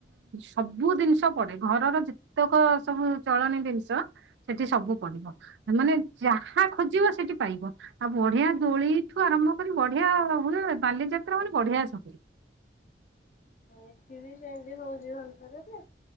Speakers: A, on the right; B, on the left.
A: ସବୁ ଦିନିଷ ପଡେ, ଘରର ଯେ ଯେତେକ ସବୁ ଚଳନୀ ଜିନିଷ ସେଠି ସବୁ ପଡିବ। ମାନେ ଯାହା ଖୋଜିବ ସେଠି ପାଇବ। ଆଉ ବଢିଆ ଦୋଳିଠୁ ଆରମ୍ଭ କରି ବଢିଆ ହଏ, ବାଲିଯାତ୍ରା ମାନେ ବଢିଆ ସବୁ।
B: ଏଠି ବି ସେମ୍ତି ହଉଚି ଭୋନସରରେ,